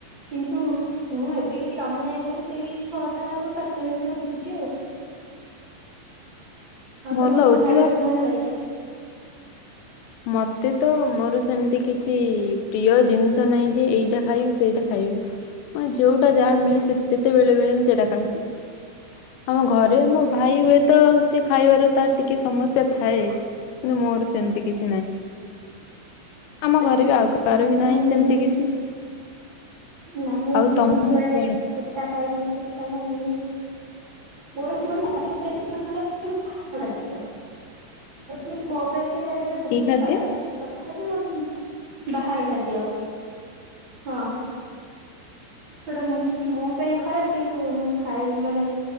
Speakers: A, on the right; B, on the left.
A: କିନ୍ତୁ ମୁଁ ଏବେ କିଛି କାମ ନାହିଁ ବୋଲି ସେଇ ଛଅଟା ରୁ ସାତଟା ଭିତରେ ଉଠୁଛି ଆଉ। ଆଉ
B: ଭଲ
A: ତମକୁ କଣ
B: ଉଠିବା
A: ଖାଇବାକୁ ଭଲ ଲାଗେ?
B: ମତେ ତ ମୋର ସେମିତି କିଛି ପ୍ରିୟ ଜିନିଷ ନାହିଁ। ଯେ ଏଇଟା ଖାଇବି ସେଇଟା ଖାଇବି ମାନେ ଯୋଉଟା ଯାହା ମିଳେ ସେ ଯେତେବେଳେ ମିଳେ ମୁଁ ସେଇଟା ଖାଇଦିଏ ଆମ
A: ଓହୋ
B: ଘରେ ମୋ ଭାଇ ହୁଏ ତ ସେ ଖାଇବାର ତାର ଟିକେ ସମସ୍ୟା ଥାଏ କିନ୍ତୁ ମୋର ସେମିତି କିଛି ଆମ ଘରେ ବି ଆଉ କାହାର
A: ନା
B: ବି
A: ନା
B: ନାହିଁ
A: ମୁଁ
B: ସେମିତି
A: ବି
B: କିଛି।
A: ନା ମୁଁ
B: ଆଉ
A: ବହୁତ
B: ତମକୁ
A: ମାନେ
B: କଣ
A: ପେଟା ଖାଇବିନି ସେ ଖାଇଦି <unintelligible> <unintelligible> ମୋ ପାଇଁ ସେଟା ଏବେ ବହୁତ
B: କି ଖାଦ୍ୟ
A: ଖରାପ। ତଥାପି ମତେ ବାହାର ଖାଦ୍ୟ ହଁ। ଛୋଟା ମୋ ପାଇଁ ଖରାପ କିନ୍ତୁ ମୁଁ ଖାଇ ମାନେ